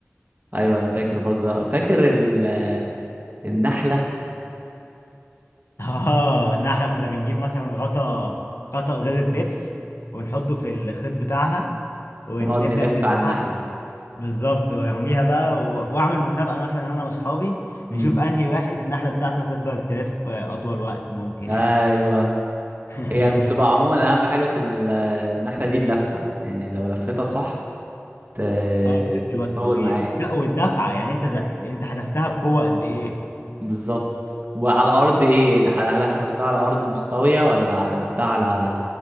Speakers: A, on the right (about 40°); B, on the left (about 70°).
A: ايوه انا فاكر برضو ده فاكر ال... النحله
B: اه ان احنا كنا بنجيب مثلا غطا غطا ازازه بيبس ونحطه في الخيط بتاعها ونبدا
A: ونقعد نلف
B: نلفها
A: على النحله
B: بالظبط وارميها بقى و- واعمل مسابقه مثلا انا واصحابي نشوف
A: امم
B: انهي واحد النحله بتاعته هتفضل تلف اطول وقت ممكن
A: ايوه
B: يعني <laughs>
A: هي بتبقى عموما اهم حاجه في ال- النحله دي اللفه يعني لو لفتها صح ت...
B: اه بتدي وقت
A: تطول
B: طويل
A: معاك
B: لا والدفعه يعني انت زق... انت حدفتها بقوه قد ايه يعني؟
A: بالظبط وعلى ارض ايه هل هل حذفتها على ارض مستويه ولا حذفتها على